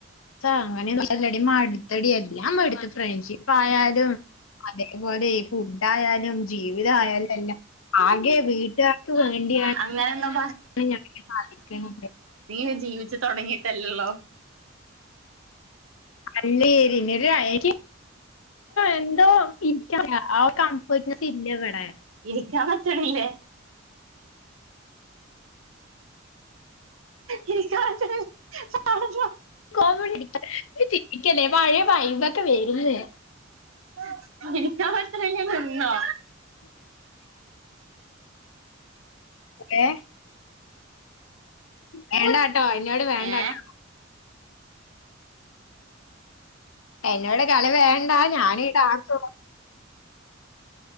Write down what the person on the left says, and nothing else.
അങ്ങനെ അല്ലടി മട്ത്തടി എല്ലാം മടുത്ത് ഫ്രണ്ട്ഷിപ്പ് ആയാലും അതേപോലെ ഫുഡ് ആയാലും ജീവിത ആയാലും എല്ലാം ആകെ വീട്ടുകാർക്ക് വേണ്ടിയാണ്
<inaudible> <inaudible>
അല്ലേരി <unintelligible> എന്തോ ഇൻക്കറിയ ആ ഒര് കംഫേർട്നെസ്സ് ഇല്ലവടെ
<unintelligible>
ചിരിക്കല്ലേ പഴയ വൈബൊക്കെ വരുന്ന്
ഏ വേണ്ടാട്ടോ എന്നോട് വേണ്ടാട്ടോ
എന്നോട് കളി വേണ്ട ഞാനീ ടാസ് സുഖം